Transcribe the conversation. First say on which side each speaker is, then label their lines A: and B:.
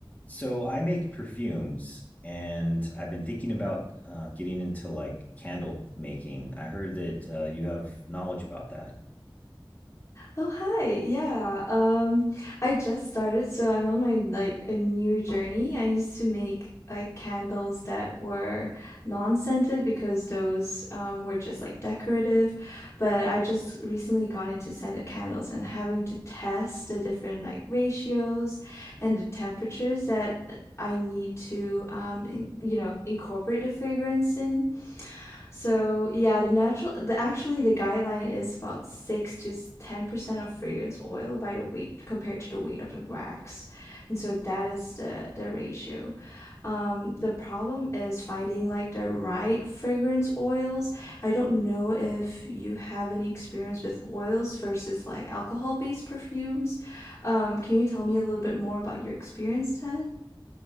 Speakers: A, on the left; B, on the left.
A: So I make perfumes and I've been thinking about uh, getting into like candle making. I heard that uh, you have knowledge about that.
B: Oh, hi. Yeah. Um, I just started, so I'm on my like a new journey. I used to make like candles that were non-scented because those um, were just like decorative, but I just recently got into scented candles and having to test the different like ratios and the temperatures that I need to um, in- you know, incorporate the fragrance in. So yeah, the natural, the actually the guideline is about six to ten percent of fragrance oil by the weight compared to the weight of the wax, and so that is the the ratio. Um, the problem is finding like the right fragrance oils. I don't know if you have any experience with oils versus like alcohol-based perfumes. Um, can you tell me a little bit more about your experience then?